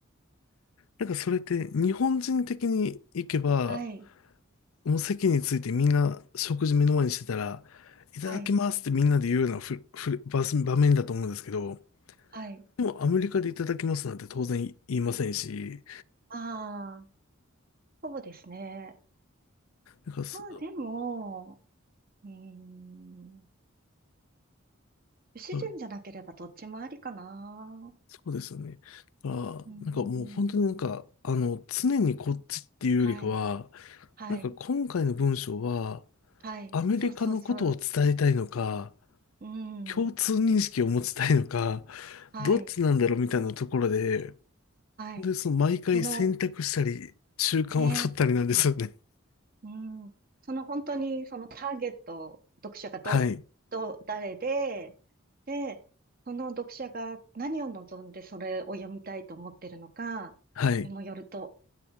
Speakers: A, on the left; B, on the right.
A: なんかそれって日本人的に行けば、
B: あ、はい、
A: もう席についてみんな食事目の前にしてたら、いただきますってみんなで言うようなふふ場場面だと思うんですけど、
B: はい、はい。
A: でもアメリカでいただきますなんて当然言いませんし、
B: ああ、そうですね。
A: なんかそ
B: まあでも、うーん、不自然じゃなければどっちもありかな。
A: そうそうですよね。だから、
B: うーん、
A: なんかもう本当になんか、あの、常にこっちっていうよりかは、
B: はい、はい、
A: なんか今回の文章は、
B: はい、
A: アメリカのことを伝えたいのか、
B: そうそうそう。うん、
A: 共通認識を持ちたいのか、
B: はい、
A: どっちなんだろうみたいなところで、本当にその毎回選択したり、
B: はい。その
A: 習慣を取ったりなんですよね。
B: ね、うん、その本当にそのターゲット、読者がど、
A: <laughs> はい。
B: どう、誰で、で、その読者が何を望んでそれを読みたいと思ってるのかにもよると
A: はい。